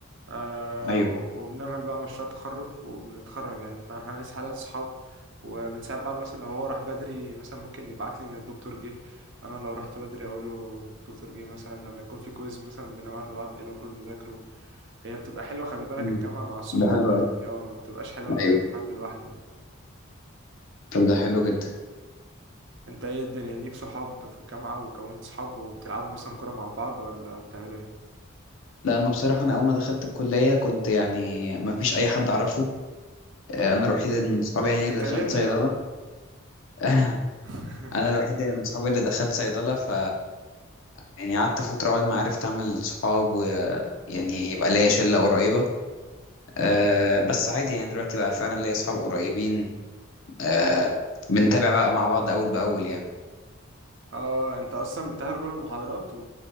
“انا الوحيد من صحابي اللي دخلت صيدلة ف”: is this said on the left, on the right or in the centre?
Left